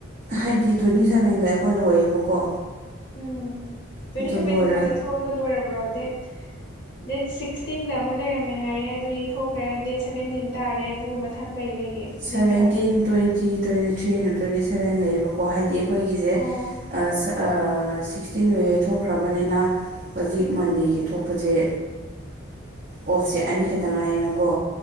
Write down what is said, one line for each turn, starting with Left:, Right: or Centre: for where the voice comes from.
Right: ꯍꯥꯏꯗꯤ ꯇ꯭ꯋꯦꯟꯇꯤ ꯁꯕꯦꯟꯗ ꯑꯩꯈꯣꯏ ꯂꯣꯏꯔꯦꯕꯀꯣ
Left: ꯎꯝ ꯇ꯭ꯋꯦꯟꯇꯤ ꯁꯚꯦꯟ
Right: ꯂꯣꯏꯔ
Left: ꯈꯛꯇ ꯊꯣꯛꯑꯒ ꯂꯣꯏꯔꯕ꯭ꯔꯣ ꯗꯦꯠ ꯗꯦꯠ ꯁꯤꯛꯁꯇꯤꯟꯗ ꯑꯃ ꯂꯩꯔꯝꯃꯦ ꯍꯥꯏꯔꯦ ꯑꯗꯨ ꯌꯩꯊꯣꯛꯈ꯭ꯔꯦ ꯗꯦꯠ ꯁꯚꯦꯟꯇꯤꯟ ꯇꯥꯔꯦ ꯑꯗꯨ ꯃꯊꯪ ꯀꯩ ꯂꯩꯒꯦ
Right: ꯁꯚꯦꯟꯇꯤꯟ
Left: ꯗꯦꯠ ꯀꯌꯥꯗ
Right: ꯇ꯭ꯋꯦꯟꯇꯤ ꯇ꯭ꯋꯦꯟꯇꯤ ꯊ꯭ꯔꯤꯅ ꯇ꯭ꯋꯦꯟꯇꯤ ꯁꯚꯦꯟ ꯂꯩꯌꯦꯕꯀꯣ ꯍꯥꯏꯗꯤ ꯑꯩꯈꯣꯏꯒꯤꯁꯦ
Left: ꯑꯣ
Right: ꯑꯥ ꯁꯠ ꯑꯥ ꯁꯤꯛꯁꯇꯤꯟꯗꯣ ꯌꯩꯊꯣꯛꯈ꯭ꯔꯕꯅꯤꯅ ꯍꯧꯖꯤꯛ ꯃꯟꯗꯦꯒꯤ ꯊꯣꯛꯄꯖꯦ ꯑꯣꯐꯁꯦ ꯑꯅꯤꯈꯛꯇ ꯉꯥꯏꯌꯦꯅꯀꯣ